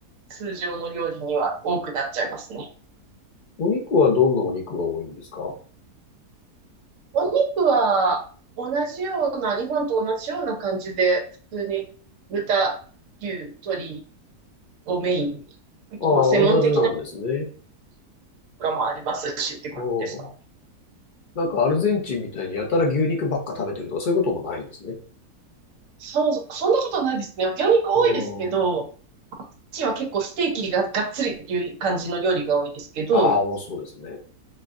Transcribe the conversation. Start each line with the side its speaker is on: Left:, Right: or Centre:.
Right: 通常の料理には多くなっちゃいますね。
Left: お肉はどんなお肉が多いんですか
Right: お肉は同じような、日本と同じような感じで、普通に豚、牛、鶏をメインに、
Left: ああ、
Right: まあ、専門的なの
Left: 同じなんですね。
Right: とかもありますしって感じですか。
Left: うん。なんかアルゼンチンみたいにやたら牛肉ばっか食べてるとかそういうこともないんですね。
Right: そうそう、そんなことないですね。魚肉多いですけど、
Left: うん。
Right: うちは結構ステーキががっつりっていう感じの料理が多いですけど、
Left: ああ、そうですね。